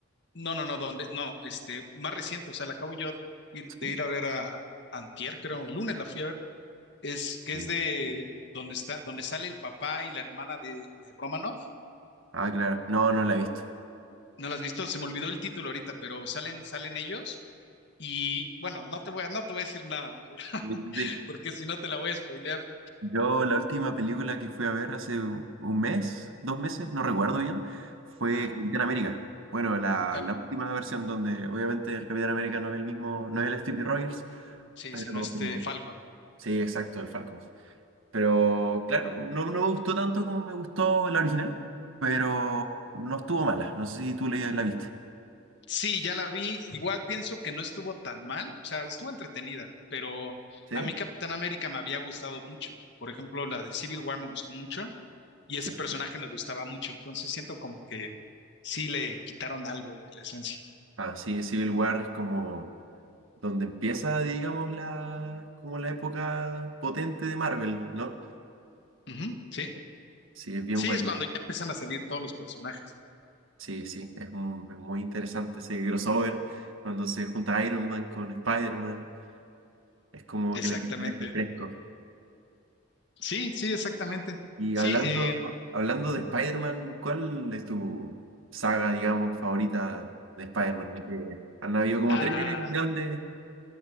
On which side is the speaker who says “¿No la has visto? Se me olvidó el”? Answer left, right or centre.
Left